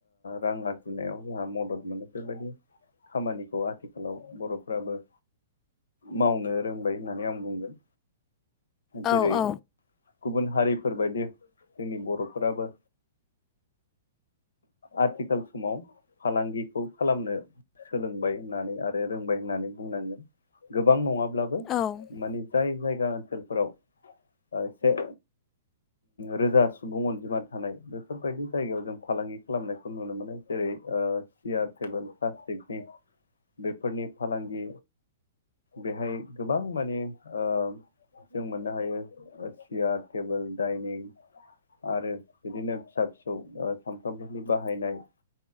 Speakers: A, on the left; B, on the left.
A: रां आरजिनायाव जोंहा मदद मोनो बेबायदि खामानिखौ आथिखालाव बर'फ्राबो मावनो रोंबाय होननानै आं बुंगोन जेरै
B: औ औ
A: गुबुन हारिफोरबायदि जोंनि बर'फोराबो आथिखाल समाव फालांगिखौ खालामनो सोलोंबाय होननानै आरो रोंबाय होननानै बुंनांगोन गोबां नंङाब्लाबो
B: औ
A: माने जाय जायगा ओनसोलफोराव ओ एसे रोजा सुबुं अनजिमा थानाय बेफोरबायदि जायगायाव जों फालांगि खालामनायखौ नुनो मोनो जेरै ओ सियार टेबोल प्लास्टिकनि बेफोरनि फालांगि बेहाय गोबां माने ओ जों मोननो हायो। सियार टेबोल दडाइनिं आरो बिदिनो फिसा फिसौ ओ सामफ्रामबोनि बाहायनाय